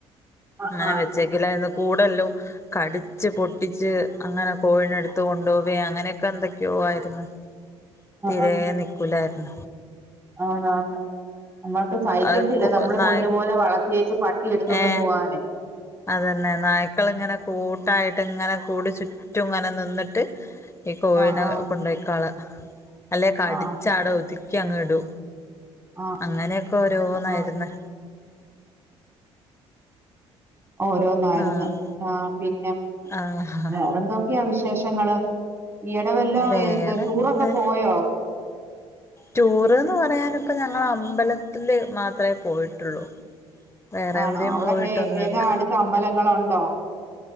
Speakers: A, on the left; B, on the right.
A: ങ്ങനെ
B: ആ
A: വെച്ചേക്കില്ലാര്ന്ന് കൂടെല്ലും കടിച്ച് പൊട്ടിച്ച് അങ്ങന കോഴിനെടുത്ത് കൊണ്ടോവുയാ അങ്ങനെയൊക്കെ എന്തൊക്കെയോ ആയിര്ന്ന്. തിരേ
B: ആ
A: നിക്കൂലാ ആ
B: ആന്നാന്ന് നമ്മൾക്ക് സഹിക്കത്തില്ല
A: അത് കു
B: നമ്മള്
A: നായ
B: പൊന്നുപോലെ വളർത്തിയേച്ച് പട്ടി എടുതോണ്ട്
A: ഏ
B: പോവാന്
A: അതന്നെ നായ്ക്കളങ്ങനെ കൂട്ടായിട്ട്ങ്ങനെ കൂടെ ചുറ്റുങ്ങനെ നിന്നിട്ട് ഈ കോഴിനെ
B: ആ ആ
A: കൊണ്ടയ്ക്കാള അല്ലെ കടിച്ചാട
B: ആ
A: ഒതു ക്കെങ്ങടു
B: ആ ആ
A: അങ്ങനെയൊക്കെ ഓരോന്നായിര്ന്ന്
B: ആ ഓരോന്നായിര്ന്ന്
A: ആഹ്
B: ആ പിന്നെ
A: ആഹ്
B: വേറെന്തൊക്കെയ വിഷ് ശേഷങ്ങള് ഈയെടെവെല്ലോം
A: വേറെ
B: ഏത് ടൂറൊക്കെ
A: എന്താ
B: പോയോ
A: ടൂറ്ന്ന് പറയാനിപ്പ ഞങ്ങളമ്പലത്തില് മാത്ര പോയിട്ടുള്ളൂ വേറെ
B: ആണോ
A: എവിടെയും
B: അവിടൊക്കെ
A: പോയിട്ടൊന്നുല്ല
B: ഏതാ അടുത്ത അമ്പലങ്ങളുണ്ടോ